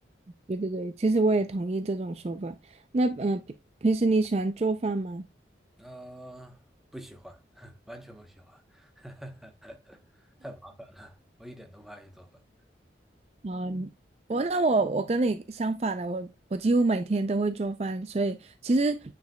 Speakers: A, on the right; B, in the centre.
A: 对对对，其实我也同意这种说法。那嗯、呃平平时你喜欢做饭吗？
B: 呃，不喜欢，<laughs> 完全不喜欢，<laughs> 太麻烦，我一点都不爱去做饭。
A: 嗯，我那我我跟你相反的，我我几乎每天都会做饭，所以其实